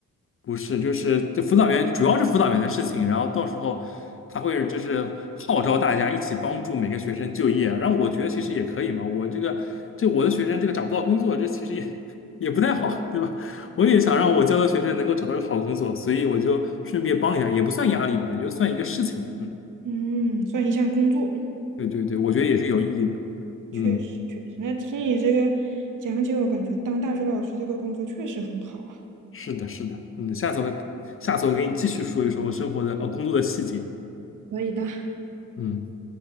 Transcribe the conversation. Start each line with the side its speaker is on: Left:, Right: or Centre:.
Left: 不是，就是这辅导员主要是辅导员的事情，然后到时候他会就是号召大家一起帮助每个学生就业啊，然后我觉得其实也可以嘛，我这个这我的学生这个找不到工作，这其实也 <laughs> 也不太好，对吧？我也想让我教的学生能够找到个好工作，所以我就顺便帮一下，也不算压力吧，也就算一个事情。嗯，
Right: 嗯，算一项工作，
Left: 对对对，我觉得也是有意义的。
Right: 确实确实。
Left: 嗯，
Right: 那听你这个讲解，我感觉当大学老师这个工作确实很好啊。
Left: 是的，是的，嗯，下次我下次我给你继续说一说我生活的呃工作的细节。
Right: 可以的。
Left: 嗯。